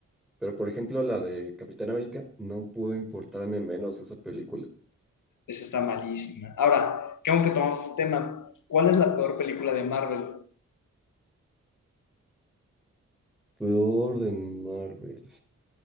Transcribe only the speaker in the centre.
Pero por ejemplo, la de Capitán América no pudo importarme menos esa película.
Peor de Marvel.